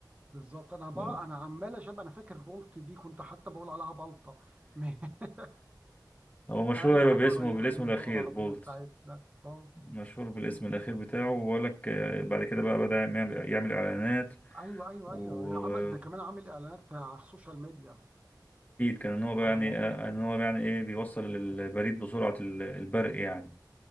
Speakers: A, on the right (about 20°); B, on the left (about 20°).
A: بالظبط أنا بقى
B: هو
A: أنا عمال أشبه أنا فاكر بولت دي كنت حتى بقول عليها بلطة <laughs>
B: هو مشهور
A: أي
B: ايوه
A: حاجة
B: باسمه
A: قريبة
B: بالاسم
A: من
B: الاخير
A: اللغة العربية
B: بولت
A: بتاعتنا أه
B: مشهور بالاسم الاخير بتاعه وبقول لك
A: أمم.
B: آه، بعد كده بقى بدأ يعمل يعمل اعلانات
A: أيوه أيوه
B: والبريد
A: أيوه عمل ده كمان عامل إعلانات على السوشيال ميديا
B: كان ان هو بقى
A: على
B: يعني
A: مواقع
B: آه، ان هو يعني ايه بيوصل البريد بسرعة ال- البرق يعني